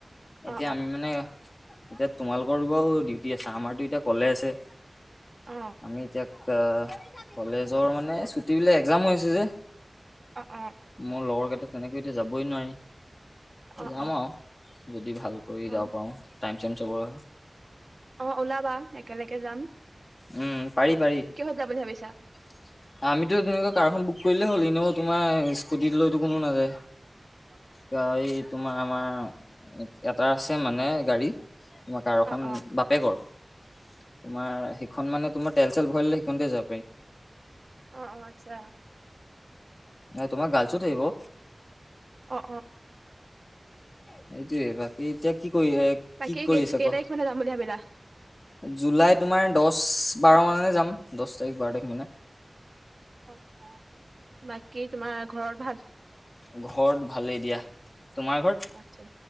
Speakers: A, on the left (about 45°); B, on the right (about 65°).
A: এতিয়া
B: অ
A: আমি মানে এতিয়া তোমালোকৰ বাৰু ডিউটি আছে, আমাৰতো এতিয়া কলেজ হে।
B: অ অ
A: আমি এতিয়া আ কলেজৰ মানে ছুটিবিলাক এক্সাম হৈ আছে যে।
B: অ'
A: মোৰ লগৰকেইটা তেনেকৈ এতিয়া যাবই নোৱাৰি।
B: অ'
A: যাম আৰু যদি ভাল কৈ
B: অ
A: যাব
B: অ
A: পাৰো, টাইম চাইম চবৰ
B: ওলাবা একেলগে যাম।
A: উম, পাৰি পাৰি।
B: ক'ত যাম বুলি ভাবিছা?
A: <inaudible> আমিতো তেনেকুৱা কাৰখন বুক কৰিলেই হ'ল এনেও তোমাৰ স্কুটি লৈতো কোনো নাযায়।
B: অ
A: কিয় এই তোমাৰ আমাৰ এটা আছে মানে গাড়ী, তোমাৰ কাৰখন
B: অ অ অ
A: বাপেকৰ। তোমাৰ সেইখন মানে তোমাৰ তেল চেল ভৰালে সেইখনতে যাব পাৰি।
B: অ' আচ্ছা।
A: নাই তোমাৰ গাৰ্লছো থাকিব।
B: অ'
A: সেইটোৱে বাকী এতিয়া কি কৰি
B: <unintelligible>
A: কি
B: কেই
A: কৰি আছে কোৱা?
B: তাৰিখ মানে যাম বুলি ভাবিলা।
A: জুলাই তোমাৰ দশ, বাৰ মানে যাম। দশ তাৰিখ, বাৰ তাৰিখ মানে।
B: অ', বাকী তোমাৰ ঘৰত ভাল?
A: ঘৰত ভালেই দিয়া। তোমাৰ ঘৰত?
B: আচ্ছা,